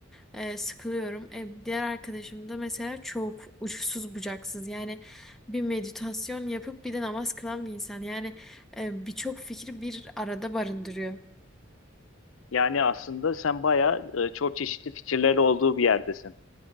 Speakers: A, in the centre; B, on the left.
A: E, sıkılıyorum. E, diğer arkadaşım da mesela çok uçsuz bucaksız. Yani bir meditasyon yapıp bir de namaz kılan bir insan. Yani e, birçok fikri bir arada barındırıyor.
B: Yani aslında sen bayağı e, çok çeşitli fikirleri olduğu bir yerdesin.